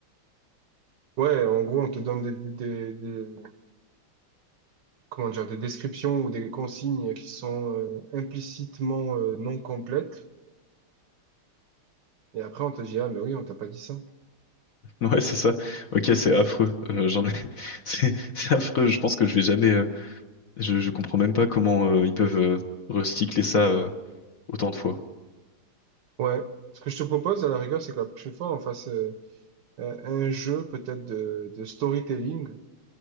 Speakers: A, on the right; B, on the left.
A: Ouais, en gros, on te donne des, des, des- des- comment dire, des descriptions ou des consignes qui sont euh, implicitement euh, non complètes. Et après, on te dit, ah, mais oui, on t'a pas dit ça.
B: Ouais, c'est ça. Ok, c'est affreux. Euh, j'en ai... <laughs> C'est c'est affreux. Je pense que je vais jamais. euh, Je, je comprends même pas comment euh, ils peuvent euh, recycler ça euh, autant de fois.
A: Ouais. Ce que je te propose, à la rigueur, c'est que la prochaine fois, on fasse euh, un un jeu peut-être de, de storytelling